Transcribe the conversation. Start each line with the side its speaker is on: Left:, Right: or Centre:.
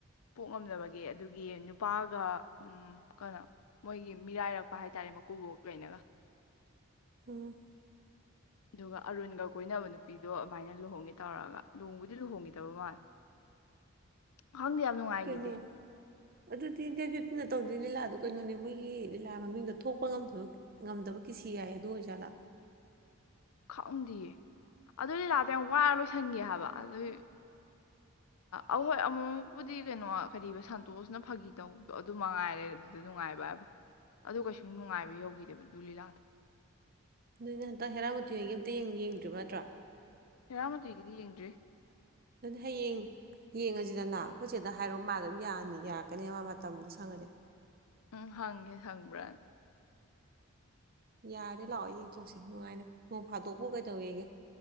Left: ꯄꯣꯛ ꯉꯝꯗꯕꯒꯤ ꯑꯗꯨꯒꯤ ꯅꯨꯄꯥꯒ ꯎꯝ ꯀꯩꯅꯣ ꯃꯣꯏꯒꯤ ꯃꯤꯔꯥꯏꯔꯛꯄ ꯍꯥꯏꯇꯥꯔꯦ ꯃꯀꯨꯕꯣꯛ ꯀꯩꯅꯒ
Right: ꯎꯝ
Left: ꯑꯗꯨꯒ ꯑꯔꯨꯟꯒ ꯀꯣꯏꯅꯕ ꯅꯨꯄꯤꯗꯣ ꯑꯗꯨꯃꯥꯏꯅ ꯂꯨꯍꯣꯡꯒꯦ ꯇꯧꯔꯒ ꯂꯨꯍꯣꯡꯕꯨꯗꯤ ꯂꯨꯍꯣꯡꯈꯤꯗꯕ ꯃꯥꯜꯂꯦ ꯈꯪꯗꯦ ꯌꯥꯝ ꯅꯨꯡꯉꯥꯏꯈꯤꯗꯦ
Right: ꯀꯩꯅꯣ ꯑꯗꯨꯗꯤ ꯗꯦꯠ ꯐꯤꯠ ꯇꯧꯗꯣꯏ ꯂꯤꯂꯥꯗꯣ ꯀꯩꯅꯣꯅꯦ ꯃꯣꯏꯒꯤ ꯂꯤꯂꯥ ꯃꯃꯤꯡꯗꯣ ꯊꯣꯛꯄ ꯉꯝꯗꯕ ꯉꯝꯗꯕ ꯀꯤꯁꯤ ꯍꯥꯏ ꯑꯗꯨ ꯑꯣꯏꯖꯥꯠꯂꯥ
Left: ꯈꯪꯗꯤꯌꯦ ꯑꯗꯨ ꯂꯤꯂꯥꯗꯣ ꯌꯥꯝ ꯋꯥꯔ ꯂꯣꯏꯁꯟꯒꯤ ꯍꯥꯏꯕ ꯑꯗꯨꯏ ꯑꯍꯣꯏ ꯑꯃꯨꯛꯃꯨꯛꯄꯨꯗꯤ ꯀꯩꯅꯣ ꯀꯔꯤꯕ ꯁꯟꯇꯣꯁꯅ ꯐꯥꯒꯤ ꯇꯧꯕꯗꯣ ꯑꯗꯨ ꯃꯉꯥꯏꯔꯦ ꯑꯗꯨꯗ ꯅꯨꯡꯉꯥꯏꯕ ꯍꯥꯏꯕ ꯑꯗꯨ ꯀꯩꯁꯨꯝ ꯅꯨꯡꯉꯥꯏꯕ ꯌꯧꯈꯤꯗꯦꯕ ꯑꯗꯨ ꯂꯤꯂꯥꯗꯣ
Right: ꯅꯣꯏꯅ ꯍꯟꯗꯛ ꯍꯦꯔꯥꯕꯨꯇꯤꯉꯒꯤ ꯑꯃꯝꯇ ꯌꯦꯡ ꯌꯦꯡꯗ꯭ꯔꯤꯕ ꯅꯠꯇ꯭ꯔꯣ
Left: ꯍꯦꯔꯥ ꯃꯣꯇꯤꯒꯤꯗꯤ ꯌꯦꯡꯗ꯭ꯔꯤ
Right: ꯑꯗꯨ ꯍꯌꯦꯡ ꯌꯦꯡꯉꯁꯤꯗꯅ ꯑꯩꯈꯣꯏ ꯆꯦꯗ ꯍꯥꯏꯔꯣ ꯃꯥꯗ ꯑꯗꯨꯝ ꯌꯥꯅꯤ ꯌꯥꯔꯛꯀꯅꯦꯕ ꯃꯇꯝꯗꯣ ꯁꯪꯉꯗꯤ
Left: ꯎꯝ ꯍꯪꯒꯦ ꯁꯪꯕ꯭ꯔꯥꯅ
Right: ꯌꯥꯔꯦ ꯂꯥꯛꯑꯣ ꯌꯦꯡꯊꯣꯛꯁꯤ ꯅꯨꯡꯉꯥꯏꯅ ꯅꯣꯡ ꯐꯥꯗꯣꯛꯄꯨ ꯀꯩꯗꯧꯋꯦꯒꯦ